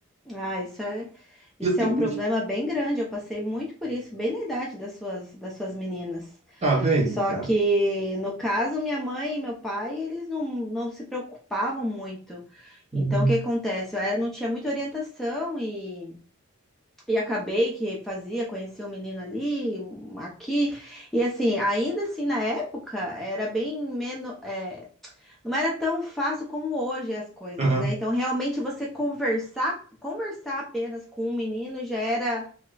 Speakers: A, in the centre; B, on the right.
A: Ah, isso é, isso
B: Ia ter
A: é um
B: muito.
A: problema bem grande. Eu passei muito por isso, bem na idade das suas, das suas meninas.
B: Tá vendo,
A: Só
B: cara?
A: que, no caso, minha mãe e meu pai, eles não, não se preocupavam muito.
B: Uhum.
A: Então, o que acontece? Eu era- não tinha muita orientação e, e acabei que fazia, conheci um menino ali, um aqui. E assim, ainda assim, na época, era bem menos. é, não era tão fácil como hoje as coisas,
B: Aham.
A: né? Então, realmente, você conversar, conversar apenas com um menino já era